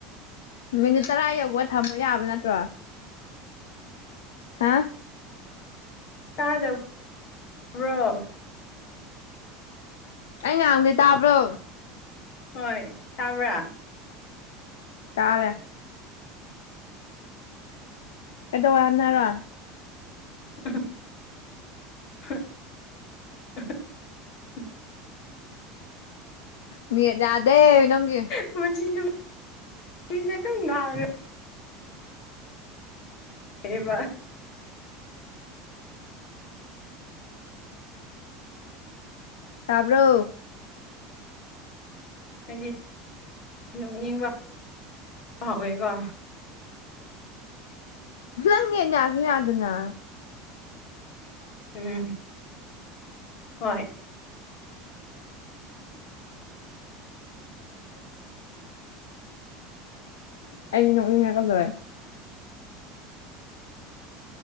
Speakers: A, on the left; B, on the left.
A: ꯃꯤꯅꯤꯠ ꯇꯔꯥ ꯌꯧꯕ ꯊꯝꯕ ꯌꯥꯕ ꯅꯠꯇ꯭ꯔꯣ ꯍꯥ
B: ꯇꯥꯗ ꯕ꯭ꯔꯣ
A: ꯑꯩ ꯉꯥꯡꯕꯗꯤ ꯇꯥꯕ꯭ꯔꯣ
B: ꯍꯣꯏ ꯇꯕ꯭ꯔꯥ
A: ꯆꯥꯂꯦ ꯀꯩꯗꯧ ꯍꯥꯏꯅꯔꯣ
B: <unintelligible>
A: ꯃꯤ ꯌꯥꯗꯦ ꯅꯪꯒꯤ
B: ꯄꯨꯟꯁꯤꯁ ꯑꯗꯨꯝ ꯉꯥꯡ ꯒꯦꯕ
A: ꯇꯥꯕ꯭ꯔꯣ
B: ꯍꯥꯏꯗꯤ ꯅꯣꯛꯅꯤꯡꯕ ꯍꯥꯎꯋꯦꯀꯣ
A: ꯅꯪꯅꯦ ꯌꯥꯁꯨ ꯌꯥꯗꯅ
B: ꯎꯝ ꯍꯣꯏ <inaudible>
A: ꯑꯩꯩ ꯅꯣꯛꯅꯤꯡꯉꯛꯀꯗꯧꯔꯦ